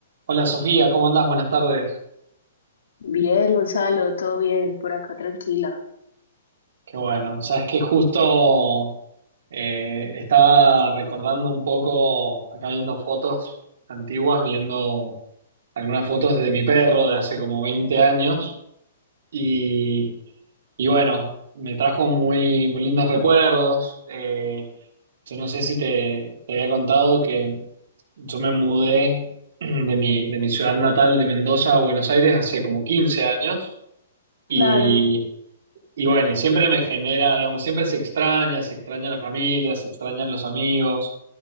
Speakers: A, on the right; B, on the left.
A: Hola Sofía, ¿cómo andás? Buenas tardes.
B: Bien, Gonzalo, todo bien, por acá tranquila.
A: Qué bueno. Sabes que justo eh, estaba recordando un poco, acá viendo fotos antiguas, viendo algunas fotos de mi perro de hace como 20 años y, y bueno, me trajo muy, muy lindos recuerdos. Eh, yo no sé si te, te había contado que yo me mudé <clears throat> de mi, de mi ciudad natal de Mendoza a Buenos Aires hace como 15 años. y
B: Claro,
A: Y bueno, y siempre me genera, digamos, siempre se extraña, se extraña la familia, se extrañan los amigos.